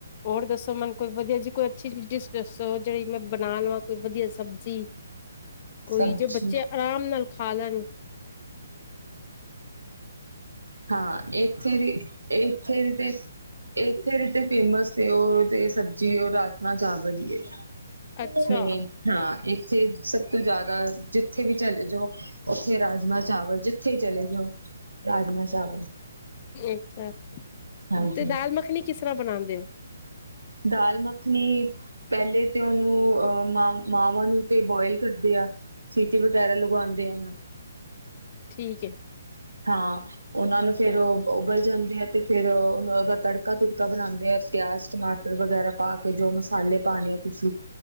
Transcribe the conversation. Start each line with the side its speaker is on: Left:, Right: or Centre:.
Left: ਹੋਰ ਦੱਸੋ ਮਨ ਕੋਈ ਵਧੀਆ ਜੀ ਕੋਈ ਅੱਛੀ ਡਿਸ਼ ਦੱਸੋ ਜਿਹੜੀ ਮੈਂ ਬਣਾ ਲਵਾਂ ਕੋਈ ਵਧੀਆ ਸਬਜ਼ੀ ਕੋਈ
Right: ਸਬਜ਼ੀ
Left: ਜੋ ਬੱਚੇ ਆਰਾਮ ਨਾਲ ਖਾ ਲੈਣ
Right: ਹਾਂ ਇਥੇ ਦੀ ਇਥੇ ਦੀ ਤੇ ਇੱਥੇ ਦੀ ਤੇ ਫੇਮਸ ਸੀ ਉਹ ਤੇ ਸਬਜ਼ੀ ਉਹ ਰਾਜਨਾ ਚਾਵਲ ਹੀ ਹੈ
Left: ਅੱਛਾ
Right: ਮੈਂ ਹਾਂ ਇੱਕ ਤੇ ਸ ਤੋਂ ਜ਼ਿਆਦਾ ਜਿੱਥੇ ਵੀ ਚਲੇ ਜੋ ਉੱਥੇ ਰਾਜਮਾ ਚਾਵਲ ਜਿੱਥੇ ਥੇ ਚਲੇ ਜਾਓ ਰਾਜਮਾ ਚਾਵਲ
Left: ਅੱਛਾਾ
Right: ਹਾਂਜੀ
Left: ਤੇ ਦਾਲ ਮੱਖਣੀ ਕਿਸ ਤਰ੍ਹਾਂ ਬਣਾਉਦੇ ਹੋ
Right: ਦਾਲ ਮੱਖਣੀ ਪਹਿਲੇ ਤੇ ਉਹਨੂੰ ਅਹ, ਮਾਵਾਂ ਨੂੰ ਤੇ ਬੋਇਲ ਕਰਦੇ ਆ ਸਿਟੀ ਵਗੈਰਾ ਲਗਵਾਉਂਦੇ ਆ
Left: ਠੀਕ ਹੈ
Right: ਹਾਂ ਉਹਨਾਂ ਨੂੰ ਫੇਿਰ ਉਬਲ ਜਾਂਦੇ ਹੈ ਤੇ ਫਿਰ ਉਹ ਉਹਦਾ ਤੜਕਾ ਤੜਕਾ ਬਣਾਉਂਦੇ ਆ ਪਿਆਜ ਟਮਾਟਰ ਵਗੈਰਾ ਪਾ ਕੇ ਜੋ ਮਸਾਲੇ ਪਾਉਣੇ ਆ ਤੁਸੀਂ